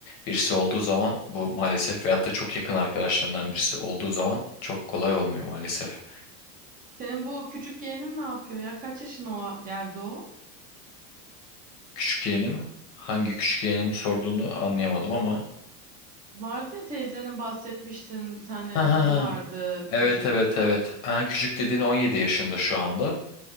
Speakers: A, on the left; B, on the right.
A: birisi olduğu zaman bu maalesef veyahut da çok yakın arkadaşlarından birisi olduğu zaman çok kolay olmuyor maalesef.
B: Senin bu küçük yeğenin ne yapıyor ya? Kaç yaşına o geldi o?
A: Küçük yeğenim hangi küçük yeğenimi sorduğunu anlayamadım ama
B: Vardı ya teyzenin bahsetmiştin bir tane
A: ha ha
B: kızı
A: ha
B: vardı
A: evet
B: küçük.
A: evet evet ha, küçük dediğin 17 yaşında şu anda.